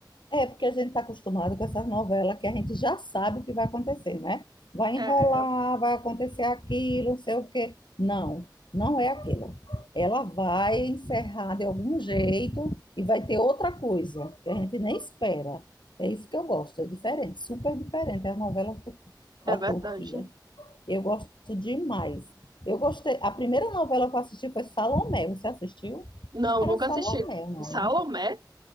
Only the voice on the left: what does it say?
É, porque a gente está acostumado com essas novelas que a gente já sabe o que vai acontecer, né? Vai
enrolar, vai acontecer aquilo, não sei o quê. Não, não é aquilo. Ela vai encerrar de algum jeito e vai ter outra coisa que a gente nem espera. É isso que eu gosto, é diferente, super diferente as novelas tu-
da
Turquia. Eu gosto demais. Eu gostei. A primeira novela que eu assisti foi Salomé. Você assistiu?
Acho que era
Salomé
o nome.